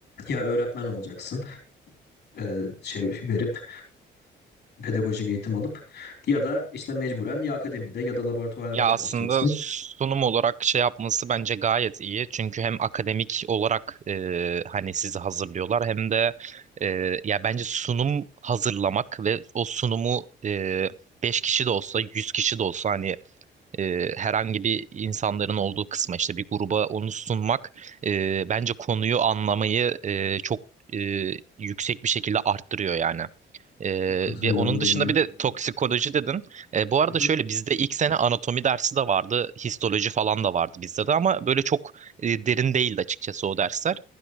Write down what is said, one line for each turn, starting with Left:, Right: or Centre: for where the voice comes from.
Left: ya öğretmen olacaksın e, şey verip pedagojik eğitim alıp ya da işte mecburen ya akademide ya da laboratuvarlarda
Right: Ya
Left: çalışacaksın.
Right: aslında sunum olarak şey yapması bence gayet iyi. Çünkü hem akademik olarak e, hani sizi hazırlıyorlar hem de e, ya bence sunum hazırlamak ve o sunumu e, 5 kişi de olsa 100 kişi de olsa hani e, herhangi bir insanların olduğu kısma işte bir gruba onu sunmak e, bence konuyu anlamayı e, çok e, yüksek bir şekilde arttırıyor yani. E,
Left: Çok katılıyorum
Right: ve onun
Left: bu dediğine.
Right: dışında bir de toksikoloji dedin. E, bu arada
Left: Hı hı.
Right: şöyle bizde ilk sene anatomi dersi de vardı, histoloji falan da vardı bizde de ama böyle çok e, derin değildi açıkçası o dersler.